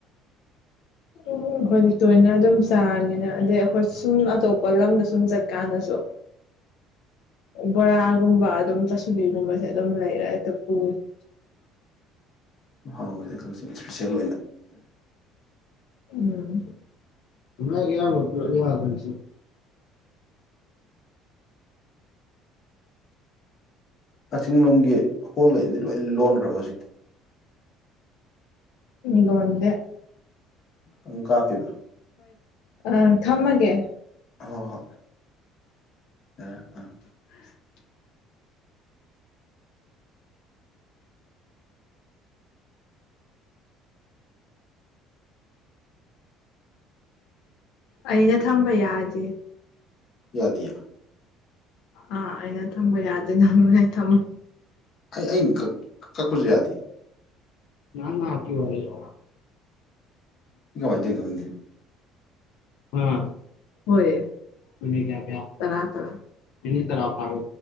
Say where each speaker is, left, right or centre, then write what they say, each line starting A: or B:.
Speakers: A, on the left (about 75°); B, on the left (about 50°).
A: ꯎꯝ ꯑꯩꯈꯣꯏꯗꯤ ꯇꯣꯏꯅ ꯑꯗꯨꯝ ꯆꯥꯔꯕꯃꯤꯅ ꯑꯗꯩ ꯑꯩꯈꯣꯏ ꯁꯨꯝ ꯑꯇꯣꯞꯄ ꯂꯝꯗ ꯁꯨꯝ ꯆꯠꯀꯥꯟꯗꯁꯨ
B: <inaudible>
A: ꯕꯣꯔꯥꯒꯨꯝꯕ ꯑꯗꯨꯝ ꯆꯥꯁꯨꯕꯤꯒꯨꯝꯕꯖꯦ ꯑꯗꯨꯝ ꯂꯩꯔꯥ ꯍꯦꯛꯇ ꯄꯨꯕꯅꯦ
B: ꯃꯍꯥꯎꯒꯤꯗ ꯈꯜꯁꯤꯡ ꯏꯁꯄꯤꯁꯦꯜ ꯑꯣꯏꯅ
A: ꯎꯝ <unintelligible>
B: ꯀꯛꯆꯤꯡꯂꯣꯝꯒꯤ ꯍꯣꯜꯈꯩꯁꯤꯗꯤ ꯂꯣꯏ ꯂꯣꯟꯈ꯭ꯔꯕ ꯍꯧꯖꯤꯛꯇꯤ
A: ꯂꯣꯟꯗꯦ
B: ꯑꯗꯨꯝ ꯀꯥꯞꯄꯤꯕ
A: ꯑꯪ ꯊꯝꯃꯒꯦ
B: ꯍꯣꯏ ꯍꯣꯏ ꯑ ꯑ
A: <unintelligible> ꯑꯩꯅ ꯊꯝꯕ ꯌꯥꯗꯦ
B: ꯌꯥꯗꯌꯥ
A: ꯑꯥ ꯑꯩꯅ ꯊꯝꯕ ꯌꯥꯗꯦ ꯉꯝꯃꯣꯏꯅꯦ ꯊꯝꯃ
B: ꯑꯩꯅ ꯀꯛ ꯀꯛꯄꯖꯨ ꯌꯥꯗꯦ
A: ꯉꯇꯤ ꯋꯥꯏ ꯋꯥ
B: ꯀꯃꯥꯏꯅ ꯇꯧꯔꯤꯅꯣ ꯈꯪꯗꯦ
A: ꯑꯝ ꯍꯌꯦ ꯀ ꯀꯌꯥ ꯀꯌꯥ ꯇꯔ ꯇꯔ ꯀꯅꯤ ꯇꯔ ꯐꯣꯒ